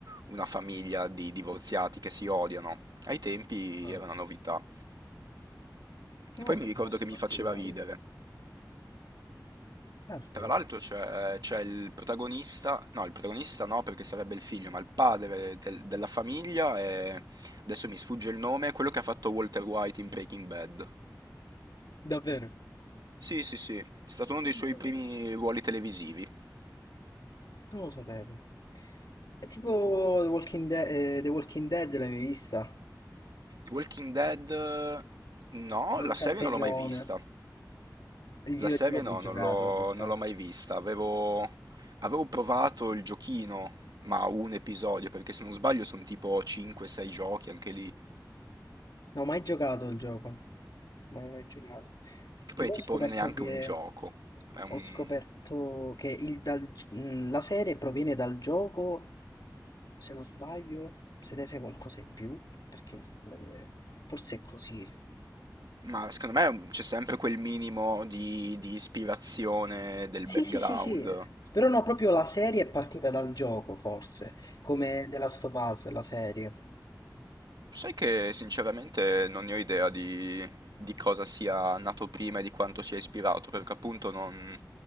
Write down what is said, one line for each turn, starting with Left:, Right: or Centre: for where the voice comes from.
Right: una famiglia di divorziati che si odiano. Ai tempi
Left: Ah,
Right: era una novità.
Left: non
Right: E poi
Left: ho
Right: mi
Left: un
Right: ricordo
Left: gusto
Right: che mi
Left: particolare.
Right: faceva ridere.
Left: Caspita.
Right: Tra l'altro c'è c'è il protagonista, no, il protagonista no perché sarebbe il figlio, ma il padre del- della famiglia è, adesso mi sfugge il nome, quello che ha fatto Walter White in Breaking Bad.
Left: Davvero?
Right: Sì, sì, sì, è stato uno dei
Left: Non
Right: suoi
Left: lo sapevo.
Right: primi ruoli televisivi.
Left: Non lo sapevo. È tipo The Walking, De- eh, The Walking Dead, l'hai mai vista?
Right: Walking Dead, eh, no,
Left: L'ultrasterione.
Right: la serie non l'ho mai vista.
Left: Il videogioco
Right: La serie no,
Left: che ho giocato
Right: non l'ho
Left: per caso.
Right: non l'ho mai vista. Avevo, avevo provato il giochino, ma un episodio, perché se non sbaglio sono tipo 5-6 giochi anche lì.
Left: Non ho mai giocato al gioco. Mai, mai giocato.
Right: Che poi
Left: Che poi
Right: è tipo
Left: ho scoperto
Right: non è neanche
Left: che,
Right: un gioco. È un-
Left: ho scoperto che il dal- mh, la serie proviene dal gioco, se non sbaglio, se ne sai qualcosa in più, perché mi sembra che forse è così.
Right: Ma secondo me è un- c'è sempre quel minimo di, di ispirazione del
Left: Sì,
Right: background.
Left: sì, sì, sì. Però no, proprio la serie è partita dal gioco, forse, come The Last of Us, la serie,
Right: Sai che sinceramente non ne ho idea di, di cosa sia nato prima e di quanto sia ispirato, perché appunto non,